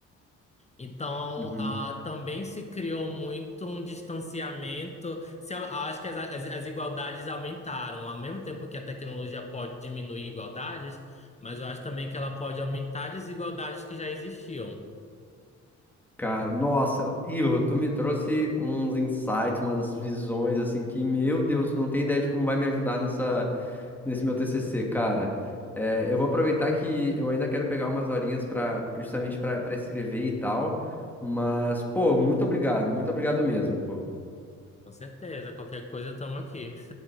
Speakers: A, on the left; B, in the centre.
A: Então,
B: uhum.
A: ah, também se criou muito um distanciamento. Se, eu acho que as, as, as igualdades aumentaram, ao mesmo tempo que a tecnologia pode diminuir igualdades, mas eu acho também que ela pode aumentar desigualdades que já existiam.
B: Cara, nossa, Ivo, tu me trouxe uns insights, umas visões assim que, meu Deus, não tem ideia de como vai me ajudar nessa, nesse meu TCC, cara. É, eu vou aproveitar que eu ainda quero pegar umas horinhas para justamente para escrever e tal, mas pô, muito obrigado, muito obrigado mesmo, pô.
A: Com certeza, qualquer coisa, estamos aqui.